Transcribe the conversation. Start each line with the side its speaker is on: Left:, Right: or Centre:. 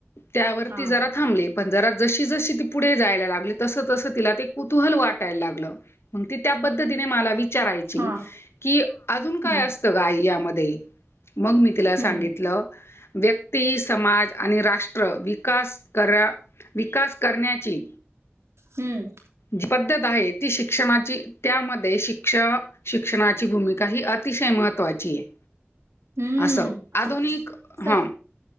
Left: त्यावरती
Right: हा
Left: जरा थांबली पण जरा जशी जशी ती पुढे जायला लागली तस तस तिला ते कुतूहल वा वाटाय लागलं म्हणून ती त्या पद्ती मला वि चारायची
Right: हा
Left: की अजून काय
Right: हम्म
Left: असत ग आई या मध्ये मग मी तिला
Right: हम्म
Left: सांगित लं व्यक्ती समाज आणि राष् ट्र विकास करा. करण्याची
Right: हम्म
Left: जी पद्धत आहे ती शिक्षणाची त्यामध्ये शिक्ष शि शिक्षणाची भूमिका ही अतिशय महत्त्वाची आहे
Right: हम्म
Left: असं आधुनिक
Right: सख
Left: हा